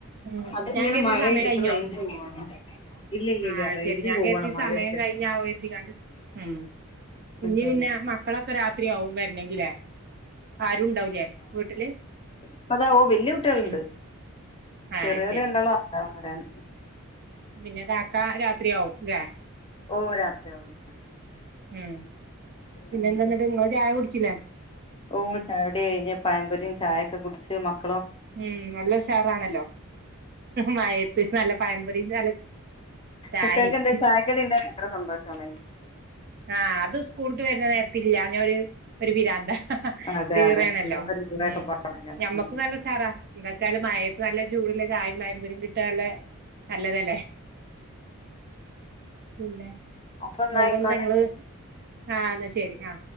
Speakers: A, on the right (about 45°); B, on the left (about 25°).
A: ഉം
B: അതിങ്ങനെ
A: ഞാൻ കരിതി
B: മഴ
A: സമയം
B: പെയ്തിട്ട്
A: കയിഞ്ഞോ
B: റേഞ്ച് പോവാണ് ഇല്ല ഇല്ല
A: ആ
B: ഇല്ല റേഞ്ച്
A: ശെരി ഞാൻ
B: പോവാണ്
A: കരിതി
B: മഴ
A: സമയം
B: പെയ്തിട്ട്
A: കഴിഞ്ഞാവോ എരുതി കാണ്ട് ഉം ഇനി
B: എന്തായാലും
A: പിന്നെ മക്കളൊക്കെ രാത്രിയാവും വരണെങ്കിലേ ആരും ഉണ്ടാവൂലേ വീട്ടില്
B: അപ്പതാ ഓ വല്യ കുട്ടിളുണ്ട്
A: ഉം ആ
B: ചെറിയോല്
A: ശരി
B: രണ്ടാളും ആറര ആവും വരാൻ
A: പിന്നെ കാക്ക രാത്രിയാവും ലേ
B: ഓ രാത്രിയാവും
A: ഉം പിന്നെ
B: ഉം
A: എന്താന്നിട്ട് നിങ്ങള് ചായ കുടി ച്ചില്ലേ
B: ഓ ചായുടി കയിഞ്ഞ് പയമ്പൊരിയും ചായൊക്കെ കുടിച്ച് മാക്
A: ഉം നല്ല ഉഷാറാണല്ലോ മയത്ത് നല്ല പായമ്പൊരീം നല്ല ചായയും
B: കുട്ടികക്ക് എന്താ ചായക്കടി ഉണ്ടേ ഭയങ്കര സന്തോഷാണ്
A: ആ അത് സ്കൂള്ട്ട് വരുന്ന നേരത്തില്ലാഞ്ഞ ഒരു പിരാന്ത <unintelligible>
B: അതെ അതെ
A: ആണല്ലോ
B: കുട്ടികൾക്കൊരു
A: ഉം ഞമ്മക്കും
B: ഉം
A: നല്ല ഉസാറാ എന്നച്ചാല് മയത്ത് നല്ലൊരു ചൂട്ള്ള ചായേം പയമ്പൊരീം കിട്ട നല്ല നല്ലതല്ലേ പിന്നെ
B: അപ്പൊ എന്നാ
A: വേറെ
B: ആയിക്കോട്ടെ
A: ങ്ങള് ആ എന്ന ശരി ആ